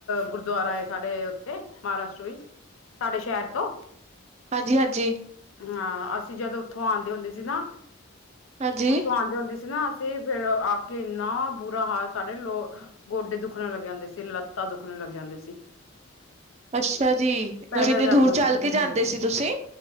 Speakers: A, on the left; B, on the right.
A: ਗੁਰਦੁਆਰਾ ਹੈ, ਸਾਡੇ ਉੱਥੇ ਮਹਾਰਾਸ਼ਟਰ ਵਿੱਚ ਸਾਡੇ ਸ਼ਹਿਰ ਤੋਂ,
B: ਹਾਂਜੀ -ਹਾਂਜੀ
A: ਹਾਂ ਅਸੀਂ ਜਦੋਂ ਉੱਥੋਂ ਆਉਂਦੇ ਹੁੰਦੇ ਸੀ ਨਾ,
B: ਹਾਂਜੀ
A: ਉੱਥੋਂ ਆਉਂਦੇ ਹੁੰਦੇ ਸੀ ਨਾ ਅਸੀਂ ਤੇ ਫਿਰ ਆ ਕੇ ਇੰਨਾ ਬੁਰਾ ਹਾਲ ਸਾਡੇ ਲੋ ਗੋਡੇ ਦੁੱਖਣ ਲੱਗ ਜਾਂਦੇ ਸੀ, ਲੱਤਾਂ ਦੁੱਖਣ ਲੱਗ ਜਾਂਦੇ ਸੀ।
B: <inaudible> ਅੱਛਾ ਜੀ! ਮਤਲਬ
A: ਪੈਦਲ
B: ਇੰਨੀ
A: ਜਾਂਦੇ
B: ਦੂਰ
A: ਹੁੰਦੇ
B: ਚੱਲ
A: ਸੀ
B: ਕੇ ਜਾਂਦੇ ਸੀ ਤੁਸੀਂ,